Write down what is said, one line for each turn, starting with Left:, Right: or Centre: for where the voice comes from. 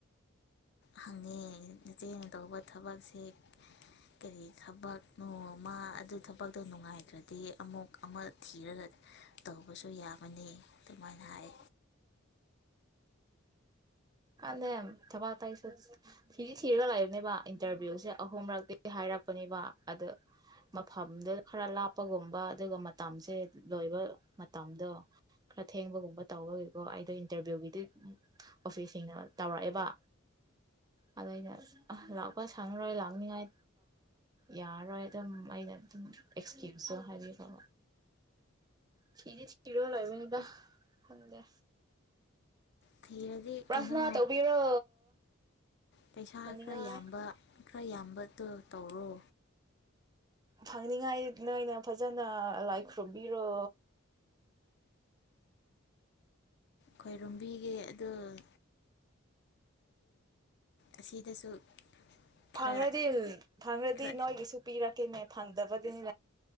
Left: ꯍꯪꯉꯦ ꯅꯆꯦꯅ ꯇꯧꯕ ꯊꯕꯛꯁꯦ ꯀꯔꯤ ꯊꯕꯛꯅꯣꯃ ꯑꯗꯨ ꯊꯕꯛꯇꯣ ꯅꯨꯡꯉꯥꯏꯈ꯭ꯔꯗꯤ ꯑꯃꯨꯛ ꯑꯃ ꯊꯤꯔꯒ ꯇꯧꯕꯁꯨ ꯌꯥꯕꯅꯤ ꯑꯗꯨꯃꯥꯏꯅ ꯍꯥꯏ
Right: ꯀꯅ ꯊꯕꯥꯛ ꯇ ꯊꯤꯗꯤ ꯊꯤꯔꯒ ꯂꯥꯛꯏꯕꯅꯦꯕ ꯏꯟꯇꯔꯚꯤꯌꯨꯁꯦ ꯑꯍꯨꯝꯔꯛꯇꯤ ꯍꯥꯏꯔꯛꯄꯅꯦꯕ ꯑꯗ ꯃꯐꯝꯗ ꯈꯔ ꯂꯥꯞꯄꯒꯨꯝꯕ ꯑꯗꯨꯒ ꯃꯇꯝꯁꯦ ꯂꯣꯏꯕ ꯃꯇꯝꯗꯣ ꯈꯔ ꯊꯦꯡꯕꯒꯨꯝꯕ ꯇꯧꯕꯒꯤꯀꯣ ꯑꯩꯗꯣ ꯏꯟꯇꯔꯚꯤꯌꯨꯒꯤꯗꯤ ꯑꯣꯐꯤꯁ ꯊꯦꯡꯅꯕ ꯇꯧꯔꯛꯑꯦꯕ ꯑꯗ ꯑꯩꯅ ꯂꯥꯛꯄ ꯁꯪꯉꯔꯣꯏ ꯂꯥꯛꯅꯤꯉꯥꯏ ꯌꯥꯔꯔꯣꯏ ꯑꯗꯨꯝ ꯑꯩꯅ ꯑꯗꯨꯝ ꯑꯦꯛꯁꯀ꯭ꯌꯨꯁꯇꯣ ꯍꯥꯏꯕꯤꯌ ꯊꯤꯗꯤ ꯊꯤꯔꯥꯕꯅꯤꯗ ꯐꯪꯗꯦ
Left: ꯊꯤꯔꯗꯤ
Right: ꯄꯔ꯭ꯊꯅꯥ
Left: ꯀꯩꯅꯣ
Right: ꯇꯧꯕꯤꯔꯣ
Left: ꯄꯩꯁꯥ
Right: ꯐꯪꯅꯤꯡꯉꯥꯏ
Left: ꯈꯔ ꯌꯥꯝꯕ ꯈꯔ ꯌꯥꯝꯕꯗꯣ ꯇꯧꯔꯣ
Right: ꯐꯪꯅꯤꯡꯉꯥꯏ ꯅꯣꯏꯅ ꯐꯖꯅ ꯂꯥꯏ ꯈꯨ꯭ꯔꯨꯝꯕꯤꯔꯣ
Left: ꯈꯣꯏꯔꯝꯕꯤꯒꯦ ꯑꯗꫭ꯫ ꯑꯁꯤꯗꯁꯨ
Right: ꯐꯪꯔꯗꯤ
Left: ꯈꯔ
Right: ꯐꯪꯔꯗꯤ
Left: ꯈꯔ
Right: ꯅꯣꯏꯒꯤꯁꯨ ꯄꯤꯔꯛꯀꯦꯅꯦ ꯐꯪꯗꯕꯗꯨꯅꯤ